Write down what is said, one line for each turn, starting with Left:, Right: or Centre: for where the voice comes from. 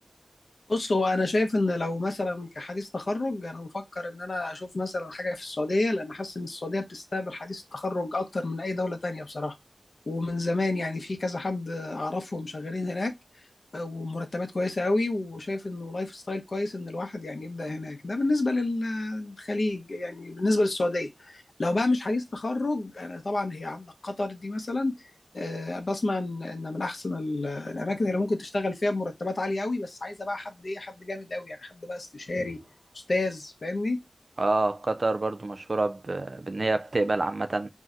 Left: بص هو انا شايف ان لو مثلا كحديث تخرج انا بفكر ان انا اشوف مثلا حاجه في السعوديه لان حاسس ان السعوديه بتستقبل حديث التخرج اكتر من اي دوله تانية بصراحه ومن زمان يعني في كذا حد اعرفهم شغالين هناك ومرتبات كويسه قوي وشايف انه لايف ستايل كويس ان الواحد يعني يبدا هناك ده بالنسبه للخليج يعني بالنسبه للسعوديه لو بقى مش حديث تخرج انا طبعا هي عندك قطر دي مثلا آه، بسمع ان إن من احسن ال- الاماكن اللي ممكن تشتغل فيها بمرتبات عاليه قوي بس عايزه بقى حد ايه حد جامد قوي يعني حد بقى استشاري استاذ فاهمني
Right: اه قطر برضو مشهورة ب... بان هي بتقبل عامة